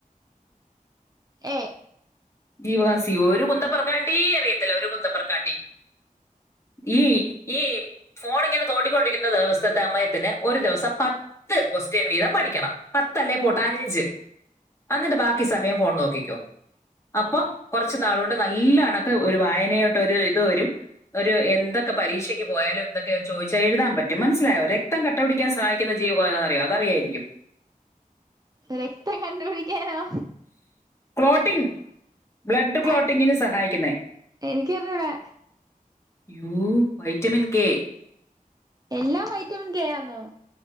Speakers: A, on the right (about 25°); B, on the left (about 20°).
A: എ
B: ജീവകം സി ഒരു കുന്തപ്പറക്കാണ്ടി അറിയത്തില്ല ഒരു കുന്തപറക്കാണ്ടി ഈ ഈ ഫോൺ ഇങ്ങനെ തോണ്ടിക്കൊണ്ടിരിക്കുന്നത് <unintelligible> സമയത്തിന് ഒരു ദിവസം പത്ത് ക്വസ്റ്റ്യൻ വീതം പഠിക്കണം പത്തല്ലേ പോട്ടെ അഞ്ച് അന്നിട്ട് ബാക്കി സമയം ഫോൺ നോക്കിക്കോ അപ്പം കുറച്ചു നാളുകൾ കൊണ്ട് നല്ല അണക്ക് ഒരു വായനയോട്ട് ഒരു ഇത് വരും ഒരു എന്തൊക്കെ പരീക്ഷക്ക് പോയാലും എന്തൊക്കെ ചോദിച്ചാൽ എഴുതാൻ പറ്റും മനസ്സിലായോ. രക്തം കട്ടപിടിക്കാൻ സഹായിക്കുന്ന ജീവകം എതാണ് അറിയോ അതറിയായിരിക്കും
A: രക്തം കണ്ടുപിടിക്കാനോ
B: ക്ലോട്ടിംഗ് ബ്ലഡ് ക്ലോട്ടിങ്ങിന്
A: അർ
B: സഹായിക്കുനേ
A: എനിക്കറിഞ്ഞൂടാ
B: യു വൈറ്റമിൻ കെ
A: എല്ലാം വൈറ്റമിൻ ക ആന്നോ